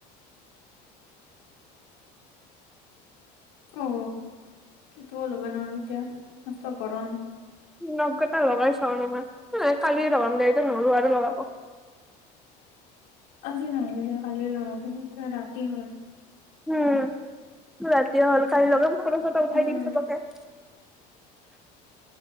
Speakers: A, on the left; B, in the centre.
A: অ উ ইটোও লব নোৱাৰ এতিয়া। মষ্ট গৰম।
B: নখ কেইটা লগাই চাও ৰবা। নহয় এ কালিয়ে লগাম দে এইটো নল‌ওঁ আৰু লগাব।
A: আজি নালাগে, কালিয়ে লগাবি। এতিয়া ৰাতি হল।
B: উম ৰাতি হ'ল কাইলে লগাম। খচত এটা উঠাই
A: উম
B: দিম চবকে। নাই <inaudible>